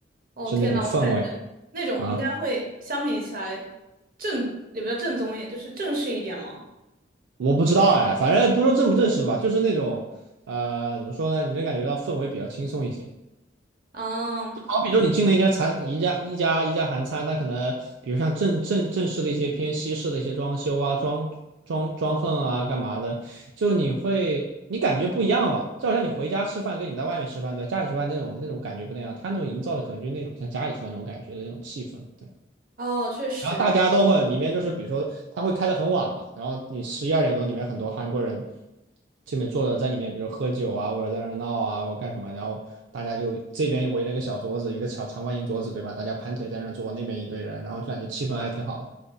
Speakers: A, on the right; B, on the right.
A: 哦天呐，
B: 是那种氛围
A: 我感觉那种应该会相比起来正也比较正宗一点，
B: 啊。
A: 就是正式一点嘛。
B: 我不知道哎，反正不说正不正式吧，就是那种，呃，怎么说呢？你能感觉到氛围比较轻松一些。
A: 嗯，
B: 就好比说你进了一家餐一家一家一家韩餐，它可能比如像正正正式的一些偏西式的一些装修啊、装装装横啊、干嘛的，就你会你感觉不一样吧？就好像你回家吃饭跟你在外面吃饭，对，家里吃饭那种那种感觉不那样，他那种营造的可能就是那种像家里吃饭那种感觉的那种气氛，对。
A: 哦，确实，
B: 然后大家都会里面就是，比如说他会开的很晚嘛，然后你十一二点钟里面很多韩国人这边坐着在里面，比如喝酒啊，或者在那儿闹啊，或者干什么，然后大家就这边围了一个小桌子，一个小长方形桌子，对吧？大家盘腿在那儿坐，那边一堆人，然后就感觉气氛还挺好的。